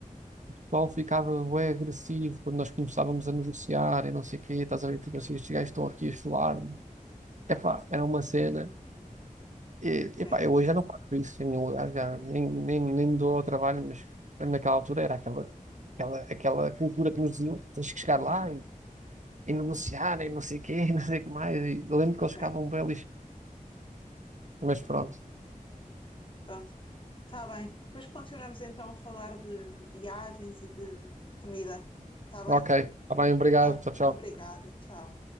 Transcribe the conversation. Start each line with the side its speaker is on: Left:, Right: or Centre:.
Right: o pessoal ficava bué agressivo quando nós começávamos a negociar e não sei o quê, estás a ver, tipo assim, estes gajos estão aqui a chular-me. Epá, era uma cena. E,
Left: Sim,
Right: epá, eu hoje já não faço isso em nenhum lugar, já nem, nem, nem me dou ao trabalho, mas lembro naquela altura era aquela, aquela, aquela cultura que nos diziam, tens que chegar lá e, e negociar e não sei o quê, <laughs> não sei o que mais. E eu lembro que eles
Left: sim.
Right: ficavam belos, mas pronto.
Left: Pronto, está bem. Depois continuamos então a falar de, de viagens e de comida. Está bem?
Right: Ok, está bem, obrigado,
Left: Tá,
Right: tchau, tchau.
Left: <laughs> obrigada. Tchau.